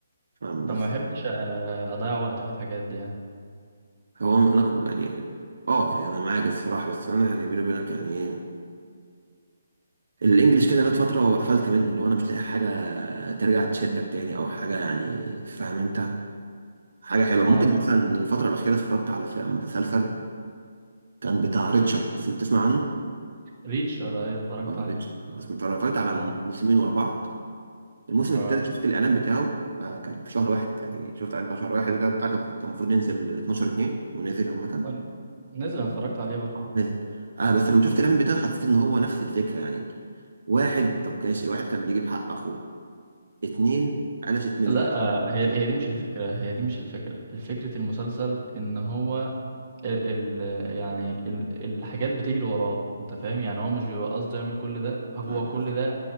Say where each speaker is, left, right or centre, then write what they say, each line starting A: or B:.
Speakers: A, on the right; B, on the right.
A: فاهم
B: فما
A: بس
B: بحبش آه، اضيع وقت في الحاجات دي يعني
A: هو أنا ك- يعني اه يعني أنا معاك الصراحة بس أنا يعني بيني وبينك يعني إيه الإنجليش كده جت فترة وقفلت منه لو أنا مش لاقي حاجة ترجع تشدك تاني أو حاجة يعني فاهم أنت حاجة حلوة ممكن
B: اه
A: مثلا الفترة الأخيرة اتفرجت على فيلم- مسلسل كان بتاع ريتشارد اسم- تسمع عنه؟
B: ريتشر ايوه اتفرجت
A: اه
B: عليه
A: ريتشارد آه، سمعت- اتفرجت على
B: اه
A: موسمين ورا بعض الموسم
B: اه
A: التالت شفت الاعلان بتاعه آه، كان في شهر واحد يعني شفت الاعلان بتاع شهر واحد وكده بتاع كان كان المفروض ينزل 12 2 ونزل عامة
B: وال- نزل أنا اتفرجت عليه برضه
A: آه، نزل آه بس لما شفت الاعلان بتاعه حسيت ان هو نفس الفكرة يعني واحد طب كانش واحد كان بيجيب حق اخوه اتنين قلشت منهم
B: لا آه، هي
A: يعني
B: هي دي مش الفكرة هي دي مش الفكرة فكرة المسلسل ان هو ال ال- يعني ال- الحاجات بتجري وراه انت فاهم يعني هو مش بيبقى قصده يعمل كل ده هو
A: آه،
B: كل ده